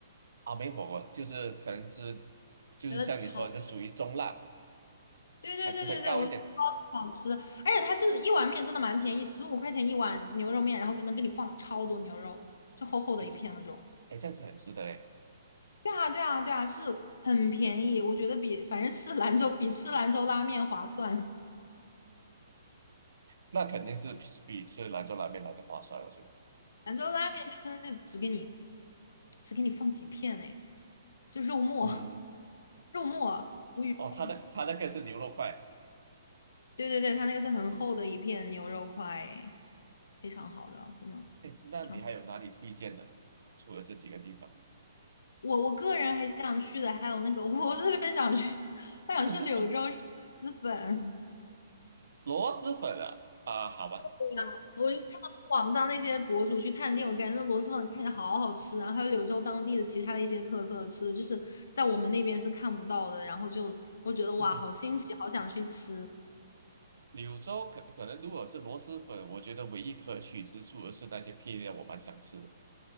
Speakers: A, on the right; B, on the left.
A: 啊，美火锅就是可能是就是像你说的，
B: 觉得超，
A: 这属于中辣，
B: 对对对对对，
A: 还是会高一点。
B: 我觉得超好吃，而且它就是一碗面真的蛮便宜，十五块钱一碗牛肉面，然后能给你放超多牛肉，就厚厚的一片那种。
A: 哎，这哎这样子很值得哎，
B: 对啊，对啊，对啊，是很便宜，我觉得比反正吃兰州比吃兰州拉面划算。
A: 那肯定是比吃兰州拉面来的划算，我觉得。
B: 兰州拉面就真的就只给你只给你放几片哎，就肉末
A: 嗯，
B: <laughs> 肉末，无语了
A: 哦，他的他那个是牛肉块，
B: 对对对，它那个是很厚的一片牛肉块诶，非常好的，真的
A: 哎，那你还有哪里推荐的？
B: 非常。
A: 除了这几个地方，
B: 我我个人还是想去的，还有那个我我特别想去，<laughs> 我想去柳州吃螺蛳粉。
A: <laughs> 螺蛳粉啊，啊，好吧，
B: 对呀，我就看到网上那些博主去探店，我感觉那螺蛳粉看着好好吃，然后还有柳州当地的其他的一些特色吃的，就是在我们那边是看不到的，然后就我觉得哇，
A: <laughs>
B: 好新奇，好想去吃。
A: 柳州可可能如果是螺蛳粉，我觉得唯一可取之处而是那些配料，我蛮想吃的，